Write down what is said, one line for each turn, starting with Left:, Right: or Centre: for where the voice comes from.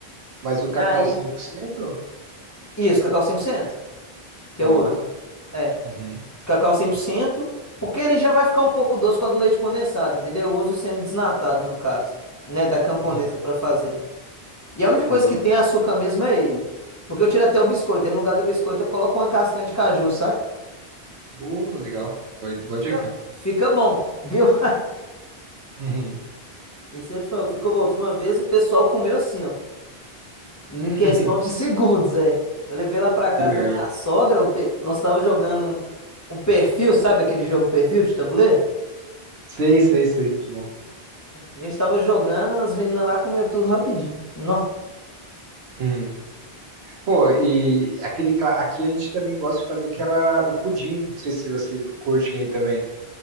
Right: Mas o
Left: E
Right: cacau
Left: aí,
Right: 100%?
Left: isso, cacau 100% que
Right: Olha.
Left: eu uso. é.
Right: Uhum.
Left: Cacau 100%, porque ele já vai ficar um pouco doce com a do leite condensado, entendeu? Eu uso o semi-desnatado, no caso, né, da camponesa
Right: Uhum.
Left: para fazer. E a única coisa
Right: Boa.
Left: que tem é açúcar mesmo é ele. Porque eu tiro até o biscoito, aí no lugar do biscoito eu coloco uma castanha de caju, saca?
Right: Boa, legal. Boa, boa
Left: Fica,
Right: dica.
Left: fica bom, viu? <laughs>
Right: Uhum.
Left: E se eu te falo, ficou bom. A última vez o pessoal comeu assim, ó, em
Right: <laughs>
Left: questão de segundos, é. Eu levei lá para casa
Right: Que legal.
Left: da minha sogra, o pe- nós tava jogando um, um perfil, sabe aquele jogo perfil de tabuleiro?
Right: Sei, sei, sei. Muito bom.
Left: A gente tava jogando, as meninas lá comeram tudo rapidinho. Nó.
Right: Uhum. Pô, e aquele, ca- aqui a gente também gosta de fazer aquela, o pudim. Não sei se vocês curtem aí também.